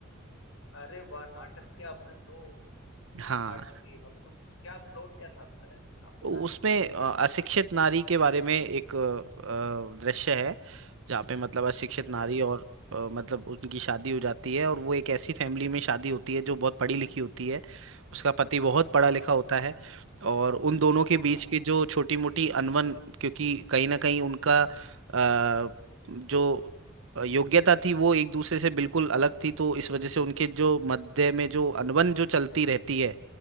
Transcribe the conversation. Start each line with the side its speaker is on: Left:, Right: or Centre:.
Left: अरे वाह नाटक के आपने दो
Right: हाँ
Left: पार्ट लिख दिए बाबा तो क्या प्लॉट क्या था अपने आपके
Right: उसमें
Left: नाटक का
Right: अ, अशिक्षित नारी के बारे में एक अ, अ, दृश्य है जहाँ पे मतलब अशिक्षित
Left: अच्छा
Right: नारी
Left: अच्छा अच्छा।
Right: और अ, मतलब उनकी शादी हो जाती है और वो एक ऐसी फैमिली में शादी होती है जो बहुत पढ़ी लिखी होती है उसका पति बहुत पढ़ा लिखा
Left: हाँ
Right: होता है और उन दोनों के बीच
Left: हाँ हाँ
Right: के जो छोटी मोटी अनबन क्योंकि कहीं ना कहीं उनका अ, जो योग्यता थी वो एक दूसरे से बिल्कुल अलग थी तो इस वजह से उनके जो मध्य में जो अनबन जो चलती रहती है